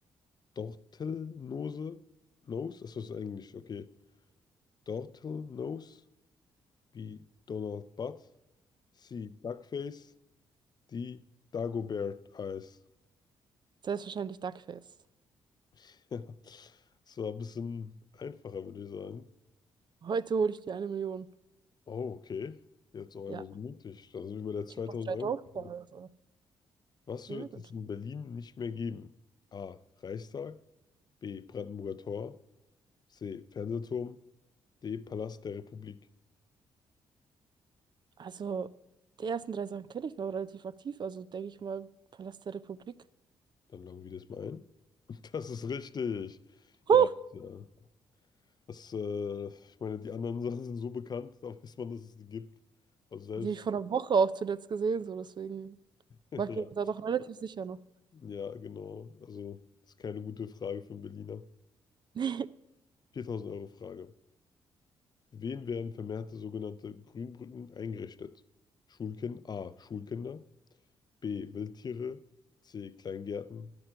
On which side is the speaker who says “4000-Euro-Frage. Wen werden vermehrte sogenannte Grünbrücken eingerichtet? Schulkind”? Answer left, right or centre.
Left